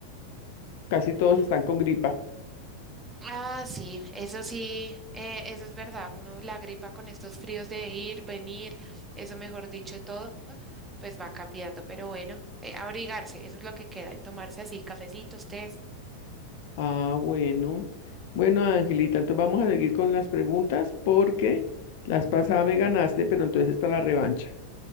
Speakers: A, on the left; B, on the right.
A: casi todos están con gripa.
B: Ah, sí, eso sí, eh, eso es verdad. Uno la gripa con estos fríos de ir, venir, eso mejor dicho, todo, pues va cambiando. Pero bueno, eh, abrigarse, eso es lo que queda, y tomarse así cafecitos, tés.
A: Ah, bueno. Bueno, Angelita, entonces vamos a seguir con las preguntas porque las pasadas me ganaste, pero entonces está la revancha.